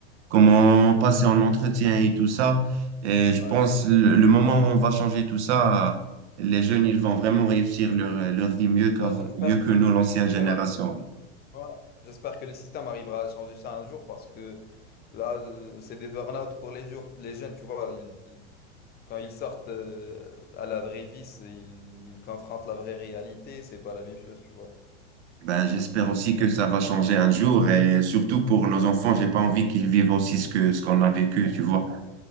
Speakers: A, on the right; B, on the left.
A: comment passer en entretien et tout ça. Et je
B: Ouais,
A: pense
B: tu
A: le, le moment où on va changer tout ça, les jeunes, ils vont vraiment réussir leur, leur vie mieux qu'avant,
B: vois, j'espère
A: mieux que
B: que,
A: nous,
B: que
A: l'ancienne
B: le système
A: génération.
B: arrive. ouais, J'espère que le système arrivera à changer ça un jour parce que là, euh, c'est des burn-out pour les jours. Les jeunes, tu vois, ils- quand ils sortent euh, à la vraie vie, c'est- ils, ils confrontent la vraie réalité. C'est pas la même chose, tu vois.
A: Ben, j'espère aussi que
B: Ça cause
A: ça va
B: des
A: changer
B: problèmes.
A: un jour et surtout pour nos enfants, j'ai pas envie qu'ils vivent aussi ce que, ce qu'on a vécu, tu vois.